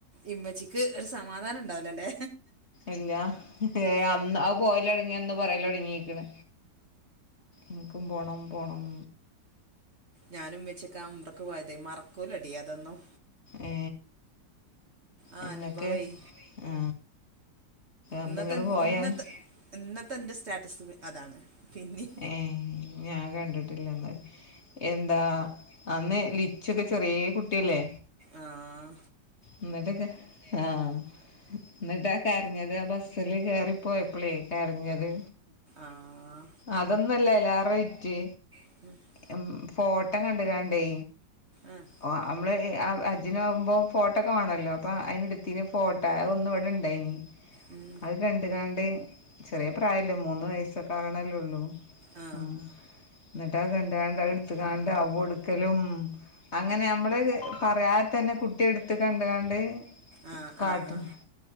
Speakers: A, on the right; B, on the left.
A: ഇമ്മച്ചിക്ക് ഒരു സമാധാനം ഇണ്ടാവൂല്ലലേ
B: ഇല്ല ഹേ അന്ന് ആ പോവല് തൊടൻങ്ങിയന്ന് പറയലോടങ്ങിക്കിണ് ഇൻക്കും പോണം പോണം
A: ഞാനും ഇമ്മിച്ചിയൊക്കെ ഉംറക്ക് പോയതെയ് മറക്കൂലടി അതൊന്നും
B: ഏ
A: ആഹ്
B: നിങ്ങൾക്ക്
A: അനുഭവേയ്
B: ആ അന്ന്
A: ഇന്നത്തെ
B: നിങ്ങൾ പോയാന്ന്
A: ഇൻന്നത്തെ ഇന്നത്തെ ഇൻ്റെ സ്റ്റാറ്റസ് അതാണ് പിന്നിം
B: ഏഹ് ഞാൻ കണ്ടിട്ടില്ലന്നാല് എന്താ അന്ന് ലിച്ചൊക്കെ ചെറേ കുട്ടിയല്ലേ
A: ആഹ്
B: ഇന്നട്ടൊക്കെ ആഹ് ഇന്നട്ടാ കരഞ്ഞത് ആ ബസ്സില് കേറി പോയപ്പളേയ് കരഞ്ഞത്
A: ആഹ്
B: അതൊന്നുംല്ല അയ്ലാറ വിറ്റ്
A: <inaudible>
B: എമ് ഫോട്ടം കണ്ടികാണ്ടേയ്
A: ആഹ്
B: ഓ നമ്മള് ഹജ്ജിന് ആവുമ്പോ ഫോട്ടോ ഒക്കെ വേണല്ലോ അപ്പൊ അയിന് എടുത്തിന് ഫോട്ടോ ഒന്ന ഇവിടെ ഇണ്ടായിനി
A: ഉം
B: രണ്ട കാണ്ടേ ചെറിയ പ്രായമല്ലേ മൂന്ന് വയസ്സക്കെ ആണല്ലേള്ളൂ
A: ആ
B: ഉഉം എന്നിട്ടാ കണ്ട കണ്ട എടുത്ത കണ്ട അവ എടുക്കലും അങ്ങനെ നമ്മള് പറയാതെ തന്നെ കുട്ടി എടുത്ത് കണ്ട് കണ്ട്
A: ആ
B: കാട്ടുന്നു
A: ആ ആ